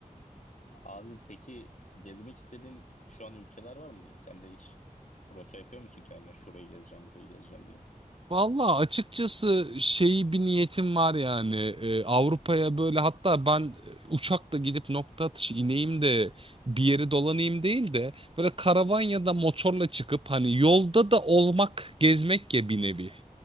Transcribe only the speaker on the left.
Abi peki gezmek istediğin şu an ülkeler var mı? Sen de hiç rota yapıyor musun kendine? Şurayı gezeceğim, burayı gezeceğim diye.